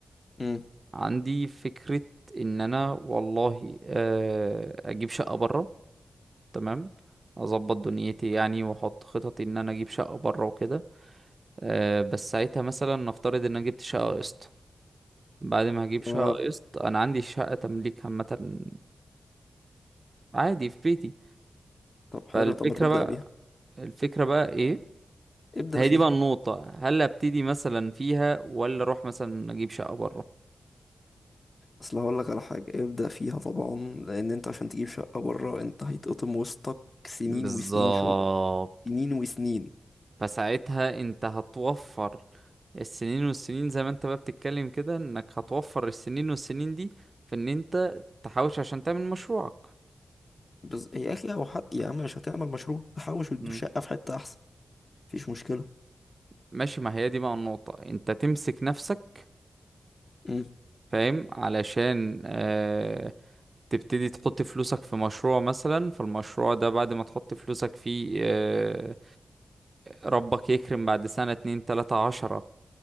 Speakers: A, on the left; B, on the right.
A: مم.
B: عندي فكرة ان انا والله آه، اجيب شقة برا تمام اظبط دنيتي يعني واحط خططي ان انا اجيب شقة برا وكده آه، بس ساعتها مثلا نفترض ان انا جبت شقة قسط بعد ما هجيب شقة
A: آه
B: قسط انا عندي شقة تمليك عامة عادي في بيتي
A: طب حلو
B: فالفكرة
A: طب ما تبدأ
B: بقى
A: بيها
B: الفكرة بقى ايه
A: ابدأ
B: هي
A: فيها
B: دي بقى النقطة هل ابتدي مثلا فيها ولا اروح مثلا اجيب شقة برا
A: أصل هقول لك على حاجة ابدأ فيها طبعا لأن أنت عشان تجيب شقة بره أنت هيتقطم وسطك سنين
B: بالظبط
A: وسنين شغل سنين وسنين
B: فساعتها انت هتوفر السنين والسنين زي ما انت بقى بتتكلم كده انك هتوفر السنين والسنين دي في ان انت تحوش عشان تعمل مشروعك
A: بز... يا أخي أو حتى يا عم مش هتعمل مشروع تحوش وتجيب
B: مم.
A: شقة في حتة أحسن مفيش مشكلة
B: ماشي ما هي دي بقى النقطة انت تمسك نفسك
A: مم.
B: فاهم علشان آه تبتدي تحط فلوسك في مشروع مثلا فالمشروع ده بعد ما تحط فلوسك فيه آه ربك يكرم بعد سنة اتنين تلاتة عشرة